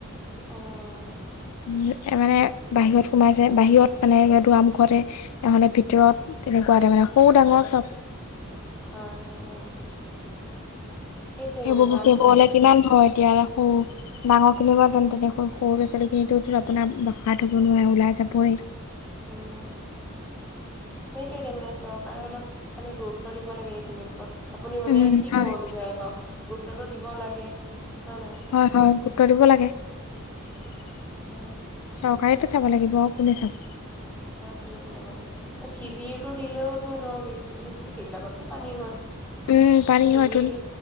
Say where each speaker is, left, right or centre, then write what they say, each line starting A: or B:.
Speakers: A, in the centre; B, on the left.
A: অ'।
B: উম মানে বাহিৰত সোমাই যায় বাহিৰত মানে দুৱাৰমুখতে নহ'লে ভিতৰত তেনেকুৱাতে মানে সৰু ডাঙৰ চব।
A: হয় হয় অ'। সেইটোৱে
B: সেইবোৰ
A: মানে বানপানী
B: সেইবোৰলে কিমান ভয় এতিয়া ৰাখো ডাঙৰ খিনিৰ বা যেন তেনেকৈ সৰু ল'ৰা ছোৱালী খিনিতো তো আপোনাৰ ৰখায় থ'ব নোৱাৰে ওলাই যাবই।
A: উম সেইটো এতিয়া মানে চৰকাৰে অলপ মানে গুৰুত্ব দিব লাগে এইখিনিৰ ওপৰত। আপুনি মানে
B: উম
A: কি
B: হয়
A: কব বিচাৰে বাৰু <unintelligible> টো দিব লাগে। হয়
B: হয় হয় গুৰুত্ব দিব লাগে <unintelligible>
A: নহয়?
B: চৰকাৰেতো চাব লাগিব আৰু কোনে চাব।
A: আৰু কোনে চাব আৰু শিবিৰটো দিলেওতো ধৰক স্কুল চিস্কুল সেইবিলাকতো পানী হয়।
B: উম পানী
A: শিবিৰটো
B: হয়তো।